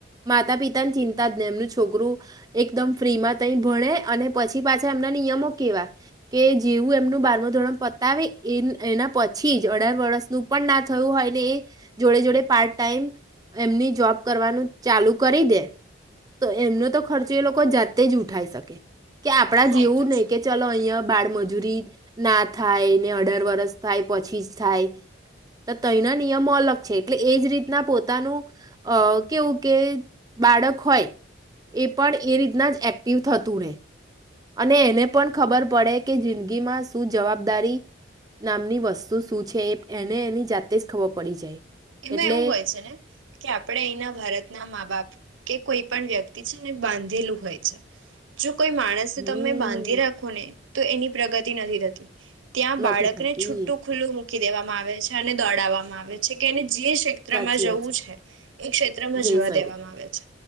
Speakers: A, on the right; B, on the right.
A: માતા પિતાની ચિંતા જ નય એમનું છોકરું એકદમ ફ્રીમાં તઈ ભણે અને પછી પાછા એમના નિયમો કેવા કે જેવું એમનું બારમું ધોરણ પતાવે એ એના પછી જ અઢાર વર્ષનું પણ ના થયું હોય ને એ જોડે જોડે પાર્ટ ટાઈમ એમની જોબ કરવાનું ચાલુ કરી દે તો એમનો તો ખર્ચો એ લોકો જાતે જ ઉઠાવી શકે. કે આપણા
B: હા
A: જેવું
B: એ તો
A: નય
B: છે
A: કે ચાલો અહિયાં બાળ મજૂરી ના થાય. અઢાર વર્ષ થાય પછી જ થાય તો તયના નિયમો અલગ છે એટલે એ જ રીતના પોતાનું કેવું કે બાળક હોય એ પણ એ રીતના જ એક્ટિવ થતું રહેે. અને એને પણ ખબર પડે કે જિંદગીમાં શું જવાબદારી નામની વસ્તુ શું છે એને એની જાતે જ ખબર પડી જાય.
B: એમાં
A: એટલે
B: એવું હોય છે ને કે આપણેે અહીના ભારતના માં બાપ કે કોઈ પણ વ્યક્તિ છે ને બાંધેલું હોય છે જો કોઈ માણસ
A: હું
B: તમે બાંધી રાખો ને તો એની પ્રગતિ નથી થતી. ત્યાં
A: નથી
B: બાળકને
A: થતી
B: છૂટું ખુલ્લું મૂકી દેવામાં આવે છે અને દોડાવવામાં આવે છે. એને જે ક્ષેત્રમાં
A: સાચી
B: જવું
A: વાત
B: છે એ ક્ષેત્રમાં
A: છે જઈ
B: જવા
A: શકે
B: દેવામાં આવે છે